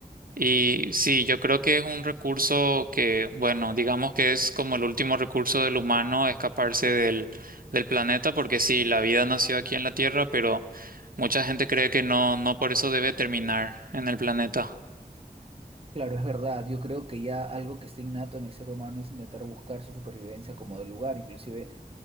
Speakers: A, on the right; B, on the right.
A: Y sí, yo creo que es un recurso que, bueno, digamos que es como el último recurso del humano escaparse del, del planeta, porque sí, la vida nació aquí en la Tierra, pero mucha gente cree que no, no por eso debe terminar en el planeta.
B: Claro, es verdad. Yo creo que ya algo que está innato en el ser humano es intentar buscar su supervivencia como del lugar, inclusive